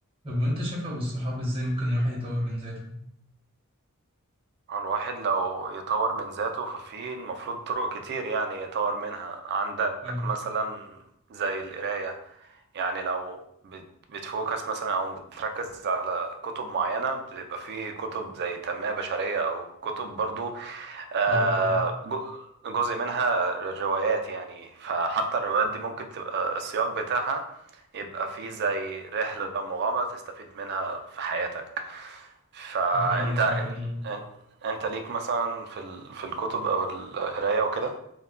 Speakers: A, on the right; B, on the right.
A: طب وانت شايف ابو الصحاب ازاي ممكن الواحد يطور من ذاته
B: هو الواحد لو يطور من ذاته ففي المفروض طرق كتير يعني يطور منها عندك
A: اه
B: مثلا زي القراية يعني لو بت- بتفوكس مثلا او بتركز على كتب معينة بيبقى في كتب زي تنمية بشرية او كتب برضو آه،
A: طبعا اه
B: جو- جزء منها روايات يعني فحتى الروايات دي ممكن تبقى السياق بتاعها يبقى فيه زي رحلة أو مغامرة تستفيد منها في حياتك فأنت
A: ده حقيقي فعلا
B: إن-
A: اه
B: انت ليك مثلا في ال... في الكتب او القرايه وكده